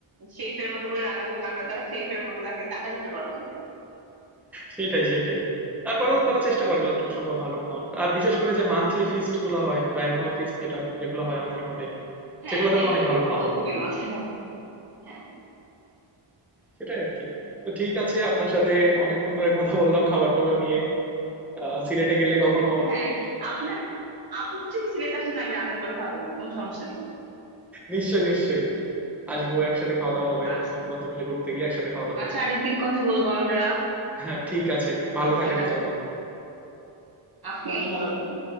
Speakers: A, on the right; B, in the centre.
A: শেফের মতো করে রান্না করলে আমরা তো আর শেফের মতো তাকে টাকা দিতে পারবো না
B: সেটাই সেটাই তারপরেও তারা চেষ্টা করে যতটুকু সম্ভব ভালো খাওয়ানোর আর বিশেষ করে যে মান্থলি ফিস্ট গুলো হয় বা অ্যানুয়াল ফিস্ট যেটা যেগুলো হয় আমাদের হলে
A: হ্যাঁ
B: সেগুলোতে
A: হ্যাঁ
B: তো অনেক
A: এগুলো
B: ভালো খাওয়া
A: তো
B: দাওয়া
A: খুবই
B: হয়
A: মজা হ্যাঁ
B: সেটাই আর কি তো ঠিক আছে আপনার সাথে অনেকক্ষণ ধরে কথা বললাম খাবার টাবার নিয়ে আহ, সিলেটে গেলে কখনো
A: হ্যাঁ আপনার আপনি যদি সিলেট আসেন আমি রান্না করে খাওয়া দেবো কোনো সমস্যা নেই
B: নিশ্চয়ই নিশ্চয়ই আসবো একসাথে খাওয়া দাওয়া হবে
A: আচ্ছা
B: বন্ধু বান্ধব মিলে ঘুরতে গিয়ে একসাথে খাওয়া দাওয়া
A: আচ্ছা
B: করবো
A: আরেকদিন কথা বলবো আমরা
B: হ্যাঁ ঠিক আছে ভালো
A: আচ্ছা
B: থাকেন
A: ঠিক আছে
B: তাহলে
A: আপনিও ভালো থাকেন